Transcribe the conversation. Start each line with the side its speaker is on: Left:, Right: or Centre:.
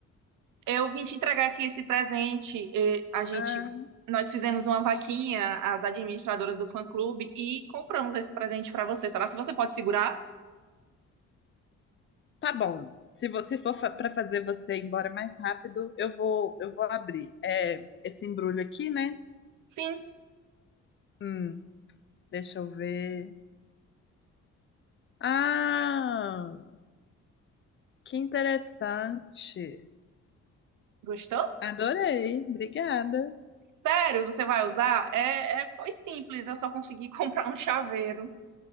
Right: eu vim te entregar aqui esse presente. É, a gente,
Left: Ah,
Right: nós fizemos uma vaquinha, as administradoras do fã-clube, e compramos esse presente pra você. Será que você pode segurar?
Left: tá bom. Se você for fa para fazer você ir embora mais rápido, eu vou, eu vou abrir. É, esse embrulho aqui, né?
Right: Sim.
Left: Hum, deixa eu ver. Ah, que interessante.
Right: Gostou?
Left: Adorei, obrigada.
Right: Sério, você vai usar? É, é, foi simples, eu só consegui <laughs> comprar um chaveiro.